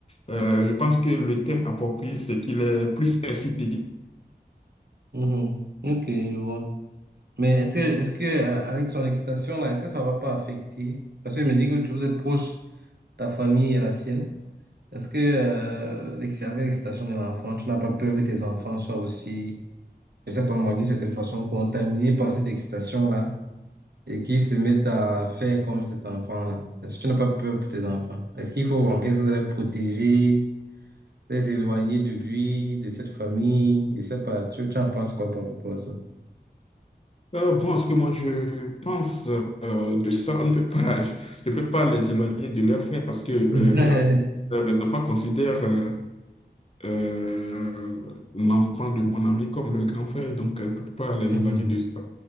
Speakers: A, on the left; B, on the right.
A: Euh,
B: Mhm.
A: je pense que le thème approprié, c'est qu'il est plus excité.
B: Mhm. Ok, je vois. Mais est-ce que, est-ce que, euh, avec son excitation là, est-ce que ça va pas affecter? Parce que je me dis que tu- vous êtes proche, ta famille et la sienne. Est-ce que euh, l'ex- l'excitation de l'enfant, tu n'as pas peur que tes enfants soient aussi, je sais pas moi, d'une certaine façon, contaminés par cette excitation-là et qu'ils se mettent à faire comme cet enfant-là? Est-ce que tu n'as pas peur pour tes enfants? Est-ce qu'il faut en quelque sorte les protéger, les éloigner de lui, de cette famille? Je sais pas, tu, tu en penses quoi par rapport à ça?
A: Euh, bon, ce que moi je pense euh, de ça, on ne peut pas, je ne peux pas les éloigner de leurs frères parce que euh,
B: <laughs>
A: euh, mes enfants considèrent euh, euh, l'enfant de mon ami comme le grand frère, donc elle ne peut pas les
B: Mhm.
A: éloigner de ça.